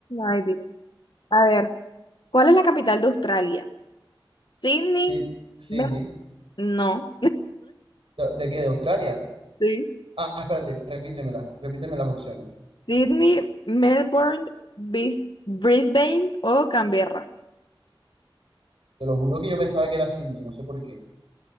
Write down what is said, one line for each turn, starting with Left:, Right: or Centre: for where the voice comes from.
Left: Ay, Dios. A ver, ¿cuál es la capital de Australia? Sydney,
Right: Sí, Sydney.
Left: Mel- no,
Right: ¿De, de qué? ¿De Australia?
Left: sí.
Right: Ah, espérate, repítemelas, repíteme las opciones.
Left: Sydney, Melbourne, Bis- Brisbane o Canberra.
Right: Te lo juro que yo pensaba que era Sydney, no sé por qué.